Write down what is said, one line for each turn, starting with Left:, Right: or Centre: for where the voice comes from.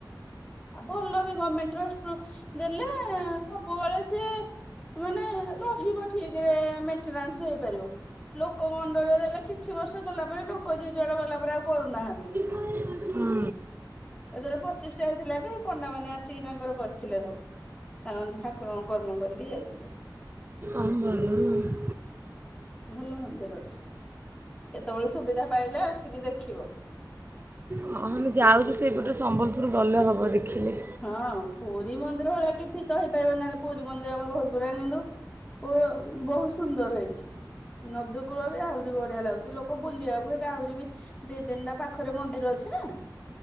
Left: ଆଉ ଭଲ ବି ଗର୍ମେଣ୍ଟ ଟ୍ରଷ୍ଟ ରୁ ଦେଲେ ସବୁବେଳେ ସିଏ ମାନେ ରହିବ ଠିକରେ, ମେଣ୍ଟେନାସ ବି ହେଇପାରିବ। ଲୋକ ମଣ୍ଡରେ ଦେଲେ କିଛି ବର୍ଷ ଗଲା ପରେ ଲୋକ ଯିଏ ଯୁଆଡେ ଗଲା ପରେ ଆଉ କରୁନାହାନ୍ତି।
Right: <unintelligible>
Left: ଏଥର ପଚିଷ୍ଟା ହେଇଥିଲା ବି, ହେଇ ପଣ୍ଡାମାନେ ଆସିକି ତାଙ୍କର କରିଥିଲେ ସବୁ। ତାମାନେ ଠାକୁରଙ୍କ କର୍ମ କରିକି ଯାଇଥିଲେ।
Right: ଆମ ଭଲ।
Left: ଭଲ ମନ୍ଦିରଟେ, କେତେବେଳେ ସୁବିଧା ପାଇଲେ ଆସିକି ଦେଖିବ।
Right: ହଁ ଆମେ ଯାଉଛୁ ସେଇପଟେ ସମ୍ବଲପୁର, ଗଲେ ହବ ଦେଖିଲେ।
Left: ହଁ ପୁରୀ ମନ୍ଦିର ଭଳିଆ କିଛି ତ ହେଇପାରିବ ନି, ନହେଲେ ପୁରୀ ମନ୍ଦିର ଆମର ବହୁତ ପୁରା କିନ୍ତୁ ପ ବହୁତ ସୁନ୍ଦର ହେଇଛି। ନଦୀକୂଳ ବି ଆହୁରି ବଢିଆ ଲାଗୁଛି, ଲୋକ ବୁଲିବାକୁ ହେଇଟା ଆହୁରି ବି ଦି ତିନିଟା ପାଖରେ ମନ୍ଦିର ଅଛି ନା।